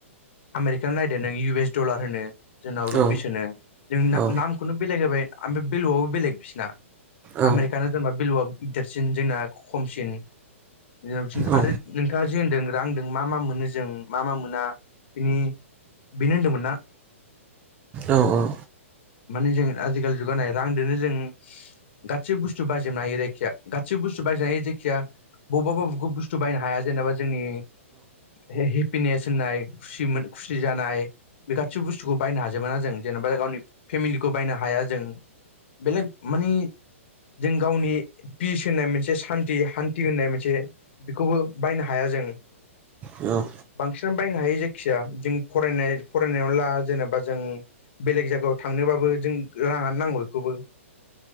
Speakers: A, on the left; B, on the right.
A: आमेरिकानो नायदो नों इउ एस डलार होनो जोंनाव रुपिस
B: औ
A: होनो जों
B: औ
A: खौनो बेलेग होबाय ओमफ्राय भेलुवआबो बेलेग बिसिरना
B: औ
A: आमेरिकानो जेनबा भेलुवआ देरसिन जोंना खमसिन <unintelligible> आरो
B: औ
A: नोंथाङा जे होनदों रांदो मा मा मोनो जों मा मा मोना बिनि बेनो होनदोंमोन ना?
B: औ औ।
A: माने जों आजिखालि जुगाव नाय रांदोनो जों गासै बुस्थु बायोबनो हायो जायखिया गासै बुस्थु बायोबनो हायो जायखिया बबेबा बबेखौबा बुस्थु बायनो हाया जेन'बा जोंनि हे-हेपिनेस होननाय खुसि मोन खुसि जानाय बे गासिबो बुस्थुखौ बायनो हाजोबाना जों जेनेबा गावनि फेमिलिखौ बायनो हाया जों बेलेक मानि जों गावनि पिस होननाय मोनसे सान्थि हान्थि होननाय मोनसे बेखौबो बायनो हाया जों।
B: औ
A: बांसिनानो बायनो हायो जायखिया जों फरायनाय फरायनायाव ला जेनेबा जों बेलेग जायगायाव थांनोबाबो जों राङानो नांगौ बेखौबो